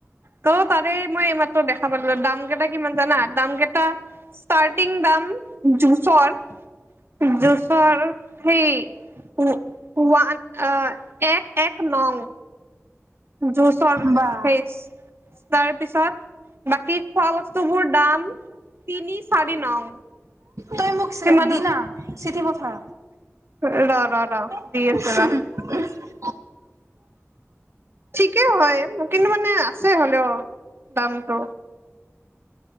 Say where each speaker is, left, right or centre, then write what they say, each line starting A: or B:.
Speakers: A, on the right; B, on the right.
A: ত' তাৰে মই এই মা ত' দে খাব ল দাম কেইটা কিমান জানা? দাম কেইটা, ষ্টাৰ্টিং দাম জুচৰ জুচৰ হেই, ও-ওৱান অ, এক এক নং। জুচৰ
B: বা
A: সেচ তাৰপিছত বাকী খোৱা বস্তুবোৰ দাম, তিনি চাৰি নং।
B: তই মোক চে
A: সিমান
B: দিনা চিঠি ব হা।
A: ৰ' ৰ' ৰ'।
B: <inaudible>
A: দি আছো ৰ
B: উম।
A: ঠিকে হয় কিন্তু মানে আছে হ'লেও। দামটো,